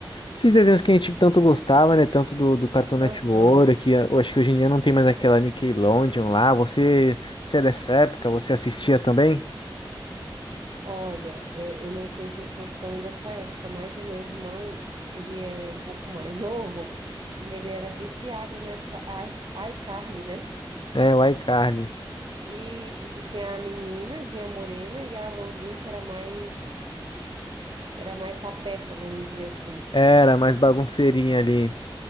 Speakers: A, on the left (about 65°); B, on the right (about 65°).
A: esses desenhos que a gente tanto gostava, né? Tanto do, do Cartoon Network,
B: Aham.
A: que eu acho que hoje em dia não tem mais aquela Nickelodeon lá. Você, você é dessa época? Você assistia também?
B: Olha, é, eu não sei se eu sou tão dessa época, mas o meu irmão, ele é um pouco mais <laughs> novo e ele era viciado nessa i- iCarly, né?
A: É, o iCarly.
B: Isso, que tinha a meninazinha morena e a lourinha que era mais, era mais sapeca, vamos dizer assim.
A: Era mais bagunceirinha ali.